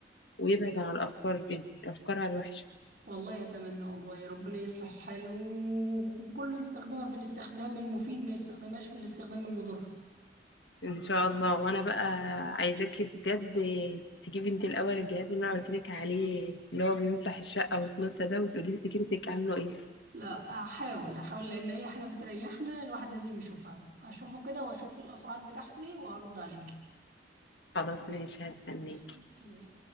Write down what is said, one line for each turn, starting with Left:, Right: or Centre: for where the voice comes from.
Left: ويبعد عن الأفكار دي أفكارها الوحشة
Right: والله اتمنى والله يا ربنا يصلح الحال و... وكله يستخدمها في الاستخدام المفيد ما يستخدمهاش في الاستخدام المضر
Left: إن شاء الله وأنا بقى عايزاكي بجد تجيبي أنت الأول الجهاز اللي أنا قلتلك عليه اللي هو بيمسح الشقة وتنسى ده وتقولي لي فكرتك عامله إيه
Right: لا احاول احاول لان اي حاجه بتريحنا الواحد لازم يشوفها اشوفه كده واشوف الاسعار بتاعته ايه وهرد عليكي
Left: خلاص ماشي هستناكي
Right: يلا، سلام